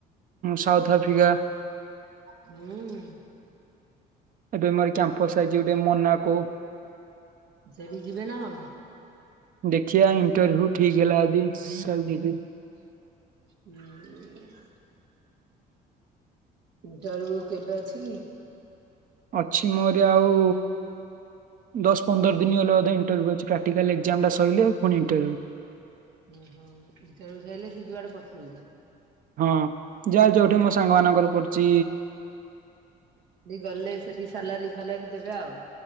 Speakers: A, on the right; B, on the right.
A: ସାଉଥ ଆଫ୍ରିକା
B: ହୁଁ
A: ଏବେ ମୋର କ୍ୟାମ୍ପସ ଆଇଚି ଗୋଟେ ମୋନା କୁ।
B: ସେଠି ଯିବେ ନା କଣ?
A: ଦେଖିବା ଇଣ୍ଟରଭ୍ୟୁ ଠିକ ହେଲା ଯଦି କାଲି ଯିବି।
B: ହୁଁ ଇଣ୍ଟରଭ୍ୟୁ କେବେ ଅଛିି କି?
A: ଅଛି ମୋରି ଆଉ ଦଶ ପନ୍ଦର ଦିନ ହେଲା ବୋଧେ ଇଣ୍ଟରର୍ଭିୟୁ ଅଛି ପ୍ରାକ୍ଟିକାଲ ଏକ୍ସାମ ଟା ସଇଲେ ପୁଣି ଇଣ୍ଟରର୍ଭିୟୁ।
B: ଓ ହୋ ଇଣ୍ଟରର୍ଭିୟୁ ସାରିଲେ ସେ ଯୁଆଡେ ପଠେଇବେ।
A: ହଁ ଯାହା ଯୋଉଠି ମୋ ସାଙ୍ଗ ମାନଙ୍କର ପଡୁଚି।
B: ହେଠୀ ଗଲେ ସେଠି ସାଲାରୀ ଫାଲାରୀ ଦେବେ ଆଉ।